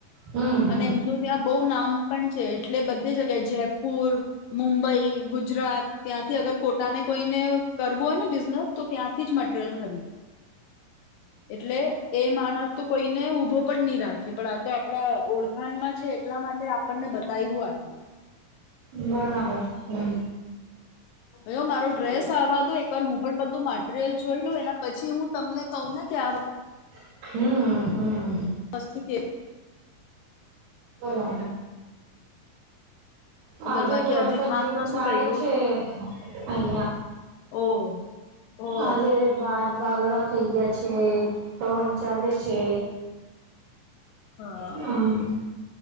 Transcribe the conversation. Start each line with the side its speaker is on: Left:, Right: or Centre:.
Right: હમ
Left: અને
Right: હમ
Left: એમનું ત્યાં બહુ નામ પણ છે એટલે બધી જગ્યાએ જયપુર મુંબઈ ગુજરાત ત્યાંથી અગર ખોટાને કોઈને કરવું હોય ને બિઝનેસ તો ત્યાંથી જ મટીરિયલ ખરીદ એટલે એ માણસ તો કોઈને ઉઊભો પણ નહી રાખે પણ આ તો આપડા ઓળખાણમાં છે એટલા માટે આપણને બતાવું આટલું
Right: બરાબર છે હ
Left: હ મારો ડ્રેસ આવા દો એક વાર હું પણ બધું મટીરિયલ જોઈ લઉ એના પછી હું તમને કહું ને કે આ
Right: હમ હા
Left: બસ્ હે
Right: હા હ હા આજે
Left: બોલ બાકી
Right: તો વરસાદ
Left: અધિક માસમાં
Right: જેવું
Left: શું
Right: થાય
Left: કર્યું
Right: છે અહં
Left: ઓ ઓ
Right: આજે બાદ વાદળા થઈયા છે પવન ચાલે છે
Left: હા
Right: હમ